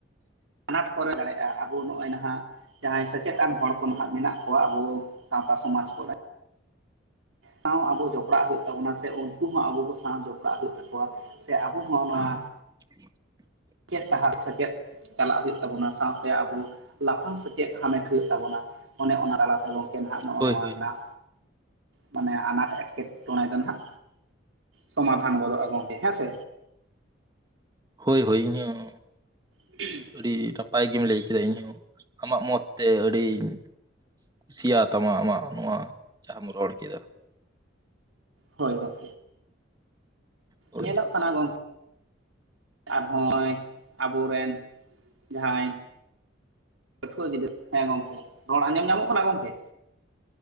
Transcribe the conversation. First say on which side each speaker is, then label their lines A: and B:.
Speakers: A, on the right; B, on the right.
A: ᱟᱱᱟᱴ ᱠᱚᱨᱮ ᱫᱟᱲᱮᱭᱟᱜ-ᱟ ᱟᱵᱚ ᱱᱚᱜ-ᱚᱭ ᱱᱟᱦᱟᱜ ᱡᱟᱦᱟᱸᱭ ᱥᱮᱪᱮᱫ ᱟᱱ ᱦᱚᱲ ᱠᱚ ᱱᱟᱦᱟᱜ ᱢᱮᱱᱟᱜ ᱠᱚᱣᱟ ᱟᱵᱚ ᱥᱟᱶᱛᱟ ᱥᱚᱢᱟᱡᱽ ᱠᱚᱨᱮ ᱥᱟᱶ ᱟᱵᱚ ᱡᱚᱯᱲᱟᱜ ᱦᱩᱭᱩᱜ ᱛᱟᱵᱚᱱᱟ ᱥᱮ ᱩᱱᱠᱩ ᱦᱚᱸ ᱟᱵᱚ ᱠᱚ ᱥᱟᱶ ᱡᱚᱯᱲᱟᱜ ᱦᱩᱭᱩᱜ ᱛᱟᱠᱚᱣᱟ ᱥᱮ ᱟᱵᱚ ᱦᱚᱸ ᱱᱚᱣᱟ
B: <inaudible>
A: ᱥᱮᱪᱮᱫ ᱰᱟᱦᱟᱨ ᱥᱮᱪᱮᱫ ᱪᱟᱞᱟᱜ ᱦᱩᱭᱩᱜ ᱛᱟᱵᱚᱱᱟ ᱥᱟᱶᱛᱮ ᱟᱵᱩ ᱞᱟᱯᱷᱟᱝ ᱥᱮᱪᱮᱫ ᱦᱟᱢᱮᱴ ᱦᱩᱭᱩᱜ ᱛᱟᱵᱚᱱᱟ ᱚᱱᱮ ᱚᱱᱟ ᱛᱟᱞᱟ ᱛᱮᱵᱚᱱ᱾ ᱮᱱᱦᱟᱜ ᱱᱚᱜ-ᱚ
B: ᱦᱳᱭ
A: ᱱᱚᱣᱟ
B: ᱦᱳᱭ
A: ᱨᱮᱱᱟᱜ᱾ ᱢᱟᱱᱮ ᱟᱱᱟᱴ ᱮᱴᱠᱮᱴᱚᱬᱮ ᱫᱚ ᱱᱟᱦᱟᱜ ᱥᱚᱢᱟᱫᱷᱟᱱ ᱜᱚᱫᱚᱜ-ᱟ ᱜᱚᱝᱠᱮ ᱦᱮᱸᱥᱮ᱾
B: ᱦᱳᱭ ᱦᱳᱭ ᱤᱧ ᱦᱚᱸ᱾
A: <inaudible>
B: ᱟᱹᱰᱤ ᱱᱟᱯᱟᱭ ᱜᱮᱢ ᱞᱟᱹᱭ ᱠᱮᱫᱟ ᱤᱧᱦᱚᱸ ᱟᱢᱟᱜ ᱢᱚᱛ ᱛᱮ ᱟᱹᱰᱤᱧ᱾ ᱠᱩᱥᱤᱭᱟᱛᱟᱢᱟ ᱟᱢᱟᱜ ᱱᱚᱣᱟ ᱡᱟᱦᱟᱢ ᱨᱚᱲ ᱠᱮᱫᱟ᱾
A: ᱦᱳᱭ ᱜᱚᱝᱠᱮ᱾
B: ᱦᱳᱭ
A: ᱧᱮᱞᱚᱜ ᱠᱟᱱᱟ ᱜᱚᱝ ᱟᱨ ᱦᱚᱸ-ᱚᱭ ᱟᱵᱚᱨᱮᱱ ᱡᱟᱸᱦᱟᱭ᱾ ᱯᱟᱹᱴᱷᱩᱣᱟᱹ ᱜᱤᱫᱽᱨᱟᱹ ᱦᱮᱸ ᱜᱚᱝᱠᱮ᱾ ᱨᱚᱲ ᱟᱸᱡᱚᱢ ᱧᱟᱢᱚᱜ ᱠᱟᱱᱟ ᱜᱚᱝᱠᱮ?